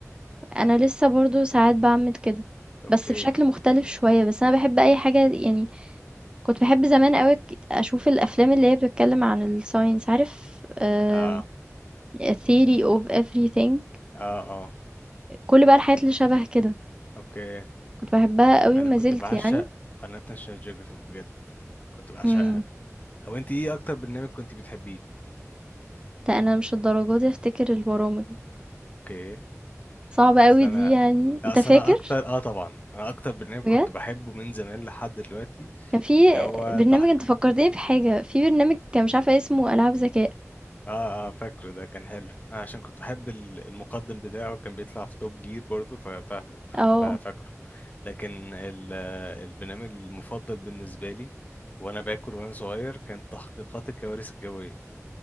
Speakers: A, on the right (about 20°); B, on the left (about 30°).
A: انا لسه برضو ساعات بعمل كده
B: اوكي
A: بس بشكل مختلف شوية بس انا بحب اي حاجة يعني كنت بحب زمان قوي ك- اشوف الافلام اللي هي بتتكلم عن الساينس عارف آم،
B: اه
A: theory of everything
B: اه اه
A: كل بقى الحاجات اللي شبه كده
B: اوكي
A: كنت بحبها قوي
B: انا
A: وما
B: كنت
A: زلت
B: بعشق
A: يعني
B: قناة ناشونال جيوغرافيك بجد كنت بعشقها
A: امم
B: طب انت ايه اكتر برنامج كنت بتحبيه
A: ده انا مش الدرجة دي افتكر البرامج
B: اوكي
A: صعبة
B: بس
A: قوي
B: انا
A: دي يعني
B: اصل
A: انت فاكر
B: انا اكتر اه طبعا انا اكتر برنامج
A: بجد
B: كنت بحبه من زمان لحد دلوقتي
A: كان في
B: اللي هو
A: برنامج
B: تح...
A: أنت فكّرتني بحاجة، في برنامج كان مش عارفة اسمه ألعاب ذكاء،
B: اه اه فاكره ده كان حلو انا عشان كنت بحب ال- المقدم بتاعه كان بيطلع في توب جير برضه ففاهمه
A: آه،
B: ففاكره لكن ال- آه، البرنامج المفضل بالنسبه لي وانا باكل وانا صغير كان تحقيقات الكوارث الجويه